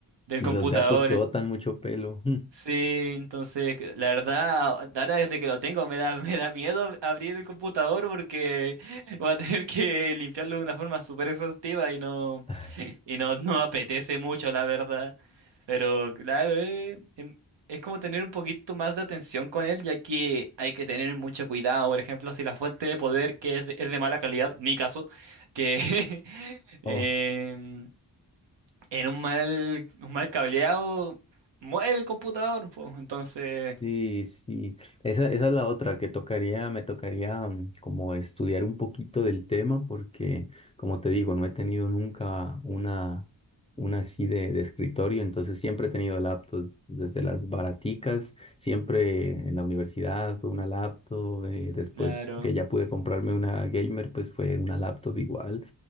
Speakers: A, on the right; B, on the left.
A: del
B: y
A: computador.
B: los gatos que
A: en-
B: botan mucho pelo. <laughs> mm,
A: Sí, entonces la verdad, ahora desde que lo tengo me da <laughs> me da miedo abrir el computador porque voy a tener que limpiarlo de una forma súper exhaustiva y no
B: ah,
A: y no, no me apetece mucho, la verdad. Pero claro, eh, em- es como tener un poquito más de atención con él, ya que hay que tener mucho cuidado. Por ejemplo, si la fuente de poder que es de, es de mala calidad, mi caso, que <laughs> em,
B: Oh,
A: en un mal, un mal cableado muere el computador, pues. Entonces,
B: Sí, sí, esa, esa es la otra que tocaría, me tocaría mm, como estudiar un poquito del tema porque, como te digo, no he tenido nunca una, una así de, de escritorio, entonces siempre he tenido laptops, desde las baraticas, siempre en la universidad fue una laptop, eh, después
A: claro,
B: que ya pude comprarme una gamer, pues fue una laptop igual,